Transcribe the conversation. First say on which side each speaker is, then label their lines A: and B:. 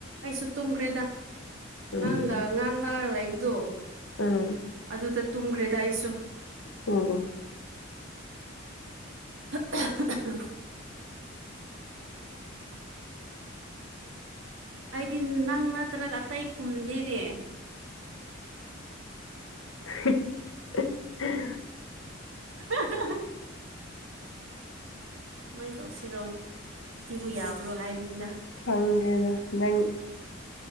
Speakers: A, on the right; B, on the left.
A: ꯑꯩꯁꯨ ꯇꯨꯝꯈ꯭ꯔꯦꯗ
B: ꯎꯝ
A: ꯅꯪꯒ ꯉꯥꯡ ꯅꯥꯔ ꯂꯩꯕꯗꯣ
B: ꯎꯝ
A: ꯑꯗꯨꯗ ꯇꯨꯝꯈ꯭ꯔꯦꯗ ꯑꯩꯁꯨ
B: ꯑꯣ
A: <unintelligible> ꯑꯩꯗꯤ ꯅꯪ ꯅꯠꯇ꯭ꯔꯒ ꯑꯇꯩ ꯈꯨꯝꯗꯦꯅꯦ
B: <unintelligible>
A: ꯑ ꯁꯨꯃꯥꯏꯅ ꯇꯧꯁꯤꯔꯣ ꯁꯤꯕꯨ ꯌꯥꯕ꯭ꯔꯣ ꯍꯥꯏꯕꯅꯤꯗ
B: ꯍꯪꯦꯗ ꯅ